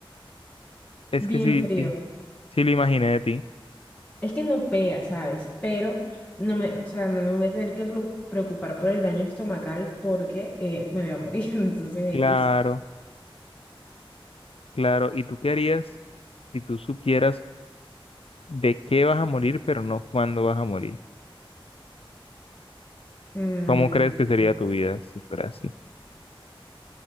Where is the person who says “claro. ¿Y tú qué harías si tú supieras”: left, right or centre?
Left